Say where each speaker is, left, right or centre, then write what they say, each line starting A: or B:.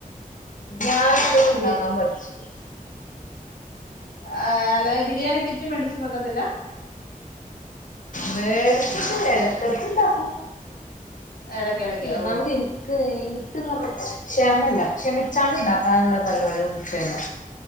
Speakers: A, on the left; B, on the left.
A: ഞാൻ അത് ഉണ്ടാക്കാൻ
B: ബി
A: പഠിച്ചിക്ക്‌
B: ആ അല്ല ബിരിയാണി കിറ്റ് മേടിച്ചു വെയ്ക്കാതില്ല.
A: നേരത്തയൊക്കെയെ ഇടയ്ക്കയൊക്കെ ഉണ്ടാക്കും.
B: ഇടക്കിടക്ക്
A: ഒന്നാമത്
B: ഓ
A: എനിക്ക് എനിക്കങ്ങ് ക്ഷമയല്ല ശ്രെമിച്ചാൽ ഉണ്ടാക്കാനുള്ള പരിപാടികളൊക്കെ ഉള്ളു.